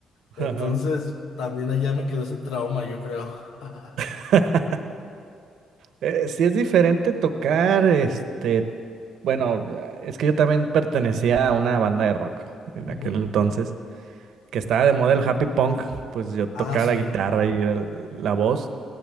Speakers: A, on the left; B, on the right.
A: Entonces
B: Ajá.
A: también allá me quedó ese trauma, yo creo. <laughs>
B: <laughs> Eh, sí es diferente tocar, este, bueno, es que yo también pertenecía a una banda de rock en
A: Ujú.
B: aquel entonces. que estaba de moda el happy punk, pues yo tocaba
A: Ah, sí.
B: la guitarra y era la voz.